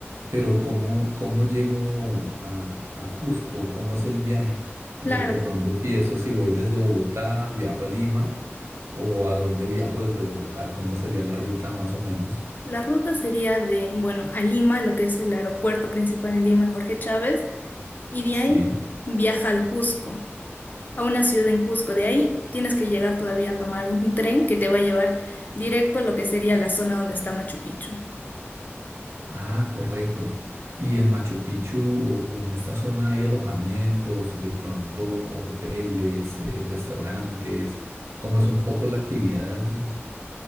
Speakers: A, on the right; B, on the left.
A: Pero ¿cómo, cómo llego a, a Cusco? ¿Cómo es el viaje?
B: Claro,
A: Eh, ¿por dónde empiezo? Si voy desde Bogotá, viajo a Lima, o a dónde viajo desde Bogotá, ¿cómo sería la ruta más o menos?
B: la ruta sería de, bueno, a Lima, lo que es el aeropuerto principal en Lima, Jorge Chávez, y de
A: Sí.
B: ahí viaja al Cusco. a una ciudad en Cusco. De ahí tienes que llegar todavía a tomar un tren que te va a llevar directo a lo que sería la zona donde está Machu Picchu.
A: Ah, correcto. ¿Y en Machu Picchu o, o en esta zona hay alojamientos, de pronto hoteles, eh, restaurantes? ¿Cómo es un poco la actividad allí?